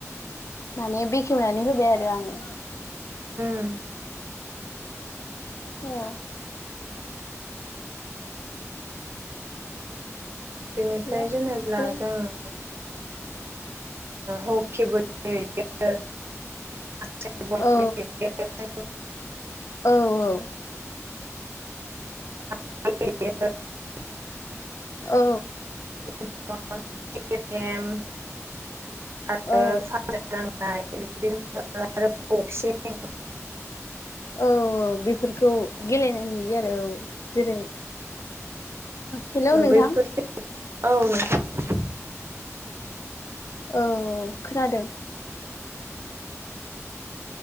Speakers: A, on the left; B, on the right.
A: माने बेखेवनानै होबाय आरो आङो।
B: उम
A: औ।
B: बेनिफ्राय
A: हेल'
B: जेनेब्ला
A: हेल'
B: जोङो। ह'किबो गेलेयो। <unintelligible>
A: औ औ औ।
B: <unintelligible>
A: औ।
B: <unintelligible>
A: औ
B: <unintelligible>
A: औ औ बेफोरखौ गेलेनाय नुयो आरो औ जेरै। हेलौ नोंथां
B: बैफोर औ नोंगौ।
A: औ खोनादों।